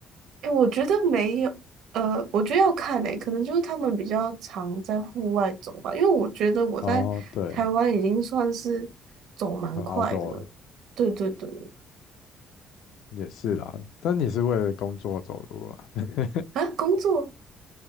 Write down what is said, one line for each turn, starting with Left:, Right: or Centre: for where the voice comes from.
Right: 哎，我觉得没有，呃，我觉得要看诶，可能就是他们比较常在户外走吧，因为我觉得我在台湾已经算是走蛮快的了。
Left: <laughs> 哦，对，很 outdoor
Right: 对对对，
Left: 也是啦，但你是为了工作走路嘛？<laughs>
Right: 啊，工作